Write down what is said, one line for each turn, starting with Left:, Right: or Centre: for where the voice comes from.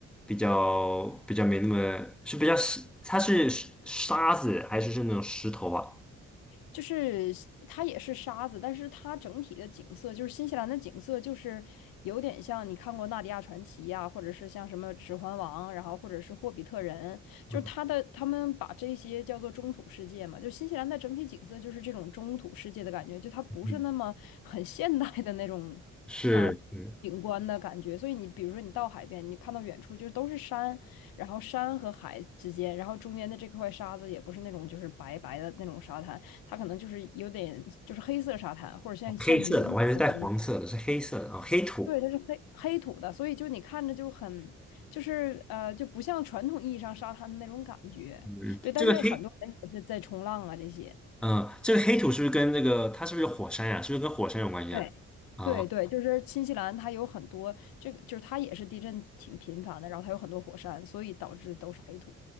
Centre: 比较比较没那么是比较是它是沙子还是是那种石头啊？
Left: 就是它也是沙子，但是它整体的景色，就是新西兰的景色，就是有点像你看过《纳迪亚传奇》呀，或者是像什么《指环王》，然后或者是《霍比特人》，就是它的他们把这些叫做中土世界嘛，
Centre: 嗯，
Left: 就新西兰的整体景色就是这种中土世界的感觉，就它不是那么很现代的那种
Centre: 嗯是是。
Left: 呃景观的感觉，所以你比如说你到海边，你看到远处就是都是山，然后山和海之间，然后中间的这块沙子也不是那种就是白白的那种沙滩。它可能就是有点就是黑色沙滩，或者像像泥一样的那种感觉。
Centre: 黑色的，我还以为是带黄色的，是黑色的啊、黑土。
Left: 对，它是黑黑土的，所以就你看着就很就是呃就不像传统意义上沙滩的那种感觉。
Centre: 嗯，
Left: 对，但是很多人也是在冲浪啊这些。
Centre: 这个黑，嗯、这个黑土是不是跟那个它是不是有火山呀、是不是跟火山有关系啊？
Left: 对，
Centre: 啊，
Left: 对对，就是新西兰，它有很多这个，就是它也是地震挺频繁的，然后它有很多火山，所以导致都是黑土。